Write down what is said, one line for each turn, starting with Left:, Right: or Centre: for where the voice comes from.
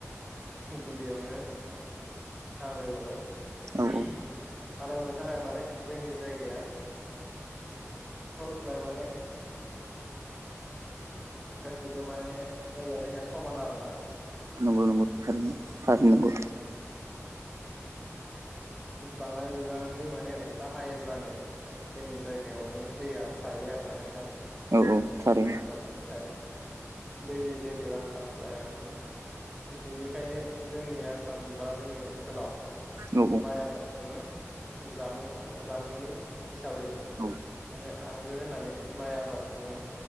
Centre: गिबियावनो हालेवो
Right: औ
Centre: हालेवनो थाखाय माने जोंनि जायगाया सरख्लाय माने गासिबो माने जायगाया जोंनिया समान आरो ना
Right: औ नोंगौ थारैनो नांगौ
Centre: बाङाय बिबांनि माने अखा हायोब्लानो जोंनि जायगायाव माने दैया थायो आरोना नोंथां
Right: औ औ थारैनो
Centre: माय आबादनि थाखाय दैनि जेबो आंखाल जाया माने बिनिखायनो जोंनि आसाम बा जोंनि ओनसोलाव
Right: औ
Centre: माइ आबादखौनो जामुं जामुंनि हिसाबै
Right: औ
Centre: माने आंगो होननानै माइ आबादखौनो